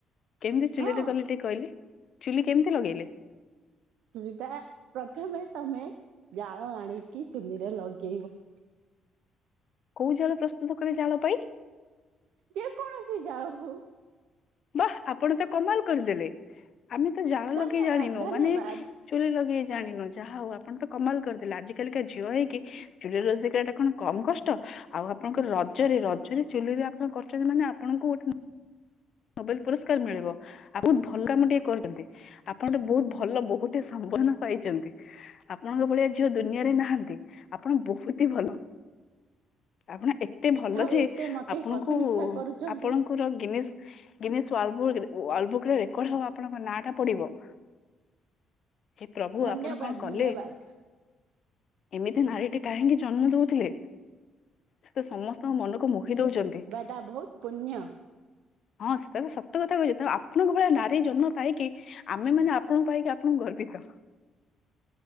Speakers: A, on the left; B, on the right.
A: କେମିତି ଚୁଲିରେ
B: ହଁ
A: କଲେ ଟିକେ କଇଲେ? ଚୁଲି କେମିତି ଲଗେଇଲେ?
B: ଚୁଲି ଟା ପ୍ରଥମେ ତମେ ଜାଳ ଆଣିକି ଚୁଲିରେ ଲଗେଇବ।
A: କୋଉ ଜାଳ ପ୍ରସ୍ତୁତ କଲେ ଜାଳ ପାଇଁ?
B: ଯେକୌଣସି ଜାଳ ହଉ।
A: ବା ଆପଣ ତ କମାଲ କରିଦେଲେ ଆମେ ତ ଜାଳ
B: ଧନ୍ୟବାଦ
A: ଲଗେଇ ଜାଣିନୁ
B: ଧନ୍ୟବାଦ
A: ମାନେ ଚୁଲି ଲଗେଇ ଜାଣିନୁ ଯାହା ହଉ ଆପଣ ତ କମାଲ କରିଦେଲେ ଆଜି କାଲିକା ଝିଅ ହେଇକି ଚୁଲିରେ ରିଷେଇ କରିବାଟା କଣ କମ୍ କଷ୍ଟ? ଆଉ ଆପଣଙ୍କର ରଜରେ ରଜରେ ଚୁଲିରେ ଆପଣ କରୁଚନ୍ତି ମାନେ ଆପଣଙ୍କୁ ଗୋଟେ ନୋବେଲ ପୁରସ୍କାର ମିଳିବ ବୋହୁତ ଭଲ କାମ ଟିଏ କରିଚନ୍ତି। ଆପଣ ତ ବହୁତ ଭଲ ବହୁଟିଏ ସମ୍ବନ ପାଇଚନ୍ତି। ଆପଣଙ୍କ ଭଳିଆ ଝିଅ ଦୁନିଆରେ ନାହାନ୍ତି ଆପଣ ବହୁତି ହି ଭଲ। ଆପଣ ଏତେ ଭଲ
B: ଥାଉ
A: ଯେ
B: ଏତେ ମତେ
A: ଆପଣଙ୍କୁ
B: ପ୍ରଶଂସା କରୁଛନ୍ତି
A: ଆପଣଙ୍କର ଗିନିଶ୍ ଗିନିଶ୍ ୱାଲବୁକ୍‌ ୱାଲବୁକ୍‌ ରେ ରେକଡ ହବ ଆପଣଙ୍କ ନାଁଟା ପଡିବ। ହେ ପ୍ରଭୁ
B: ଧନ୍ୟବାଦ
A: ଆପଣ କଣ କଲେ?
B: ଧନ୍ୟବାଦ
A: ଏମିତି ନାରୀଟେ କାହିଁକି ଜନ୍ମ ଦଉଥୁଲେ ସେ ତ ସମସ୍ତଙ୍କ ମନକୁ ମୋହି ଦଉଚନ୍ତି।
B: ଟା ବହୁତ୍ ପୁଣ୍ୟ।
A: ହଁ ସେଟା ତ ସତ କଥା କହିଚି ତେଣୁ ଆପଣଙ୍କ ଭଳିଆ ନାରୀ ଜନ୍ମ ପାଇକି ଆମେ ମାନେ ଆପଣଙ୍କୁ ପାଇକି ଆପଣଙ୍କୁ ଗର୍ବିତ।